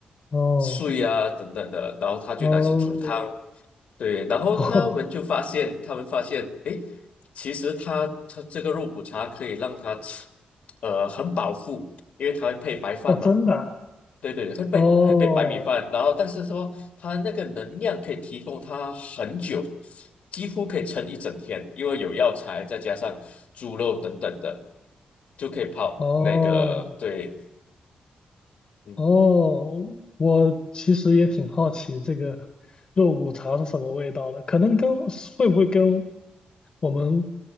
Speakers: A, on the left (about 35°); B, on the left (about 65°).
A: 哦，
B: 碎啊等等的，然后他就拿去煮汤，
A: 哦，
B: 对，然后他们就发现，
A: 哦，
B: 他们发现，诶，其实他他这个肉骨茶可以让他吃，呃，很饱腹，因为它会配白饭嘛。
A: 哦，真的啊
B: 对对，会被会被白米饭，
A: 哦，
B: 然后但是说它那个能量可以提供它很久，几乎可以撑一整天，因为有药材再加上猪肉等等的，就可以泡那个对，
A: 哦，
B: 嗯，
A: 哦，我其实也挺好奇这个肉骨茶是什么味道的，可能跟会不会跟我们，